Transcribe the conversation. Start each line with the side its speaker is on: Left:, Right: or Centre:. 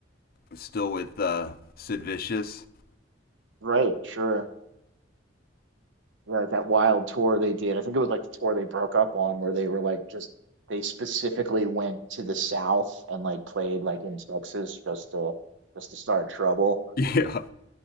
Left: still with uh Sid Vicious. <laughs>
Right: Right, sure. Yeah, Like that wild tour they did. I think it was like the tour they broke up on, where they were like just they specifically went to the South and like played like in Texas just to just to start trouble.
Left: Yeah.